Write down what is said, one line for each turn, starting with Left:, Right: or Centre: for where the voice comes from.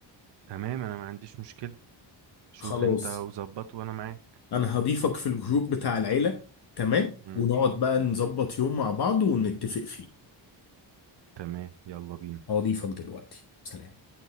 Right: تمام انا ما عنديش مشكلة شوف
Left: خلاص
Right: انت وظبط وانا معاك
Left: انا هضيفك في الجروب بتاع العيلة تمام
Right: مم.
Left: ونقعد بقى نظبط يوم مع بعض ونتفق فيه
Right: تمام يلا بينا
Left: هضيفك دلوقتي سلام